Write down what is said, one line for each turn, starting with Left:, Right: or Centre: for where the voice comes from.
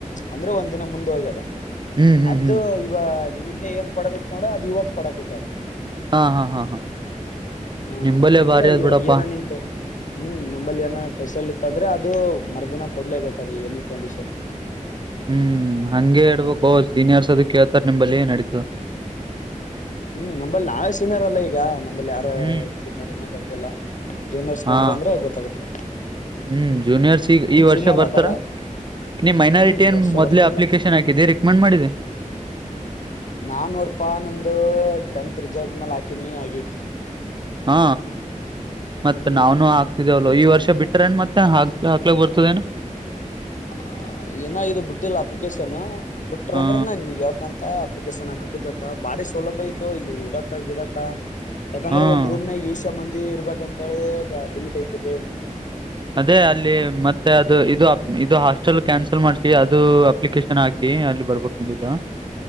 Left: ಅಂದ್ರೆ ಒಂದ್ ದಿನ ಮುಂದ್ ಹೋಗ್ಯದ
Right: ಹ್ಮ್ ಹ್ಮ್
Left: ಅದ್ದು
Right: ಹ್ಮ್
Left: ಇವ ನಿನ್ನೆ ಏನ್ ಕೊಡೋದಿತ್ ನೋಡ ಅದು ಇವತ್ ಕೊಡಕೂತಾರ
Right: ಹಾ ಹಾ ಹಾ
Left: ಹ
Right: ನಿಂಬಲ್ಲೇ
Left: ಅಂದ್ರೆ
Right: ಬಾರಿ
Left: ಅಯ್ಯ
Right: ಅದ್ ಬಿಡಪ್ಪಾ
Left: ಏನನ್ನ ಇಂತವು ಹ್ಮ್ ನಮ್ಮಲ್ಲಿ ಏನ ಫೆಸಿಲಿ ಇತ್ತ ಅಂದ್ರೆ ಅದು ಮರುದಿನ ಕೊಡ್ಲೇಬೇಕದು ಎನಿ ಕಂಡೀಷನ್
Right: ಹ್ಮ್ ಹಂಗೆ ಇರಬೇಕು
Left: ಹ್ಮ್
Right: ಸೀನಿಯರ್ಸ್ ಅದ ಕೇಳ್ತಾರ್ ನಿಮ್ಂಬಲ್ಲಿ ಏ ನಡೀತು
Left: ಹ್ಮ್ ನಂಬಲ್ಲಿ ನಾವೇ ಸೀನಿಯರ್ ಅಲ್ಲ ಈಗ ಅಲ್ಲಿ ಯಾರ
Right: ಹ್ಮ್
Left: <inaudible> ಬಂದಿಲ್ಲ ಜೂನಿಯರ್ಸ್
Right: ಹಾ
Left: ಬಂದ್ರ ಅಂದ್ರೆ ಗೊತ್ತಾಗುತ್ತೆ
Right: ಹ್ಮ್ ಜೂನಿಯರ್ಸ್ ಈಗ
Left: ನಮ್
Right: ಈ ವರ್ಷ
Left: ಸೀನಿಯರ್
Right: ಬರ್ತಾರಾ
Left: ಅದಾರ
Right: ನೀ ಮೈನಾರಿಟಿ
Left: ಹ್ಮ್ ಈ
Right: ಏನ್
Left: ವರ್ಷ
Right: ಮೊದಲೇ
Left: ಬರ್ತಾರಲ್ಲಾ
Right: ಅಪ್ಲಿಕೇಶನ್ ಹಾಕಿದ್ದಿ ರೆಕಮೆಂಡ್ ಮಾಡಿದ್ದಿ
Left: ನಾನ್ ನೋಡ್ಪಾ ನಂದು ಟೆಂತ್ ರಿಸಲ್ಟ್ ಮೇಲ್ ಹಾಕಿನಿ ಆಗೇತಿ
Right: ಹಾ ಮತ
Left: ಹ್ಮ್
Right: ನಾವನು ಆಗ್ತ ಇದಲ್ಲ ಈ ವರ್ಷ ಬಿಟ್ಟಾರೇನ್ ಮತ್ತೆ ಹಾಕ್ ಹಾಕ್ಲಕ್ ಬರ್ತದೇಏನು
Left: ಹ ಏನ ಇ ಬಿಟ್ಟಿಲ್ಲ ಅಪ್ಲಿಕೇಶನ್ ಬಿಟ್ಟ್ರ
Right: ಹಾ
Left: ಅಂದ್ರ ನಾ ನಿನಗೆ ಹೇಳುತ್ತೇನೆ ಅಂತ ಅಪ್ಲಿಕೇಶನ್ ಹಾಕ ಕುತ್ಯಂತ ಬಾರಿ ಸೌಲಭ್ಯ ಐತೋ ಇಲ್ಲಿ ಉದಕ ಇದದಕ್ಕ ಯಾಕಂದ್ರೆ
Right: ಹಾ
Left: ಒಂದಂದು ರೂಮ್ ನಾಗ ಯೂಸ್ ಮಂದಿ ಇರ್ಬೇಕಂತಳೆ ಲಿಮಿಟ್ ಐತದೆ
Right: ಅದೇ ಅಲ್ಲಿ ಮತ್ತೆ ಅದು ಇದು ಇದು ಹಾಸ್ಟೆಲ್ ಕ್ಯಾನ್ಸಲ್ ಮಾಡಸಿ ಅದು ಅಪ್ಲಿಕೇಶನ್ ಹಾಕಿ ಅಲ್ಲಿ ಬರ್ಬೇಕಂದ